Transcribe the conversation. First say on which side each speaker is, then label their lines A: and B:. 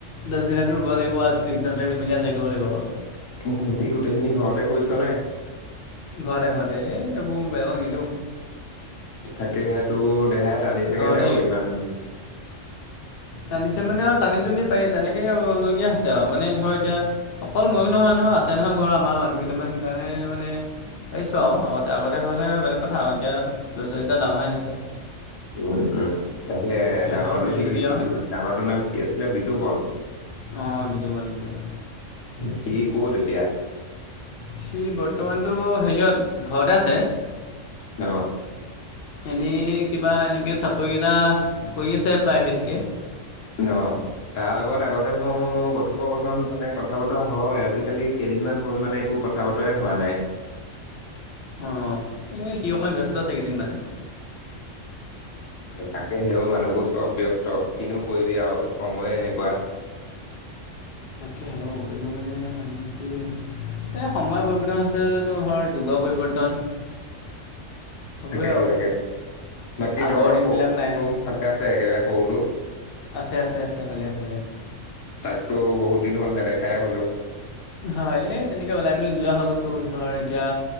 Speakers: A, on the left (about 55°); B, on the left (about 75°).
A: দশ বিঘাতো ৰুব লাগিব আৰু একদিনতে ৰুই মেলি আজৰি কৰিব লাগিব আৰু।
B: খেতি গোটেই খিনি ঘৰতে কৰিছ নে?
A: ঘৰতে ঘৰতে এই এইবোৰ বেলেগক নিদিওঁ।
B: তাকেহে তোৰ দেহাই টানিছে
A: ঘৰতে
B: গে নে অই ইমান।
A: টানিছে মানে আৰু টানি টুনি পাৰি তেনেকে কৰিবলগীয়া হৈছে আও মানে ধৰ এতিয়া অকল ময়ো নহয় নহয় আছে নহয় ঘৰৰ আমাৰ মানুহ কেইটামান, সেইকাৰণে মানে পাৰিছোঁ আও আগতে আগতে হ'লে বেলেগ কথা আও এতিয়া ল'ৰা ছোৱালীকেইটাও ডাঙৰ হৈ আহিছে।
B: উম উম তাকেহে
A: সিহঁতৰ
B: ডাঙৰটো
A: লগত মিলিজুলি
B: কি বিটু
A: আৰু
B: ডাঙৰটোৰ নাম কি আছিলে বিতোপন।
A: অঁ বিতোপন বিতোপন।
B: সি ক'ত এতিয়া?
A: সি বৰ্তমানতটো হেৰিয়ত ঘৰতে আছে।
B: ন
A: এনেই কিবা এনেকৈ চাকৰি এটা কৰি আছে প্ৰাইভেটকে।
B: অঁ তাৰ লগত আগতে মোৰ কথোপকথন মানে কথা বতৰা হয়, আজিকালি কেইদিনমান হ'ল মানে একো কথা বতৰাই হোৱা নাই।
A: অঁ, এই সি অকণ ব্যস্ত আছে এইকেইদিনমানে।
B: তাকেহে ঔ মানুহবোৰ চব ব্যস্ত কিনো কৰিবি আৰু সময়ে এনেকুৱা।
A: তাকেও এইবোৰ মানে শান্তি নে এই সময় পৰিৱৰ্তন হৈছে। টো ধৰ যুগৰ পৰিৱৰ্তন, হ'বই
B: তাকেইতো
A: আৰু
B: তাকেতো, বাকী
A: আগৰ
B: তহঁতৰ
A: দিনবিলাক
B: সৰুটো
A: নাই নহয়
B: ভালে আছে একেবাৰে সৰুটো?
A: আছে আছে আছে ভালে আছে ভালে আছে।
B: তাকতো বহুত দিন হ'ল নেদেখাই হলো।
A: হয় এই তেনেকে ওলাই মেলি নোযোৱা হ'লতো ধৰ এতিয়া